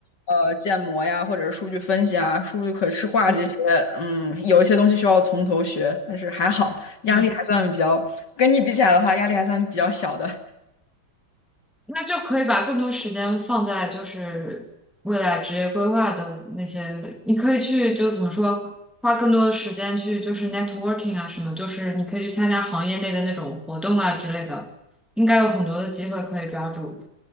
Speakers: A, on the left (about 60°); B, in the centre.
A: 呃建模呀，或者是数据分析啊、数据可视化这些，
B: 嗯。
A: 嗯，有一些东西需要从头学，但是还好压力还算比较，
B: 嗯。
A: 跟你比起来的话，压力还算比较小的。
B: 那就可以把更多时间放在就是未来职业规划的那些，你可以去就怎么说，花更多的时间去就是 networking 啊什么，就是你可以去参加行业内的那种活动啊之类的，应该有很多的机会可以抓住。